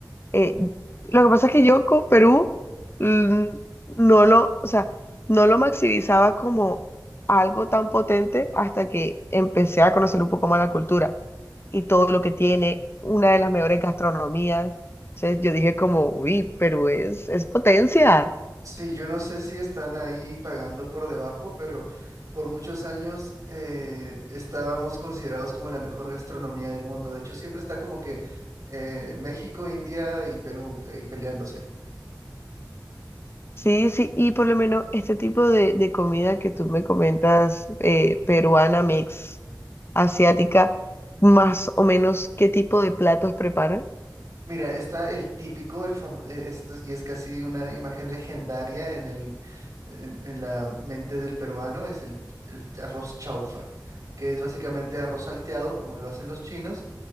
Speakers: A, on the left; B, on the right.
A: Eh, lo que pasa es que yo con Perú mm, no lo, o sea, no lo maximizaba como algo tan potente hasta que empecé a conocer un poco más la cultura y todo lo que tiene, una de las mejores gastronomías. Entonces yo dije como, uy, Perú es, es potencia.
B: Sí, yo no sé si están ahí pagando por debajo, pero por muchos años eh, estábamos considerados como la mejor gastronomía del mundo. De hecho, siempre está como que eh, México, India y Perú ahí peleándose.
A: Sí, sí, y por lo menos este tipo de, de comida que tú me comentas, eh, peruana, mix, asiática, más o menos, ¿qué tipo de platos preparan?
B: Mira, está el típico, el famoso, esto es- y es casi una imagen legendaria en el, en, en la mente del peruano, es el, el arroz chaufa, que es básicamente arroz salteado, como lo hacen los chinos